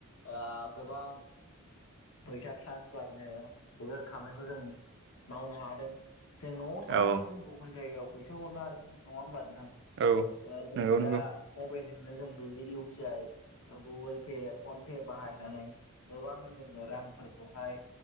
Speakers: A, on the left (about 80°); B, on the right (about 55°).
A: ओ गोबां फैसा ट्रान्सफारनो बेफोर खामानिखौ जों मावनो हादों जों न'आव थानानै
B: औ
A: जों गुबुन जायगायाव फैसा हरनो हादों नङा होमबा नोंथां?
B: औ
A: बा जोङो
B: नंगौ नंगौ
A: दा मबाइलजोंनो जों बेबायदि U P I Google Pay phone Pay बाहायनानै गोबां जोंनो रांफोरखौहाय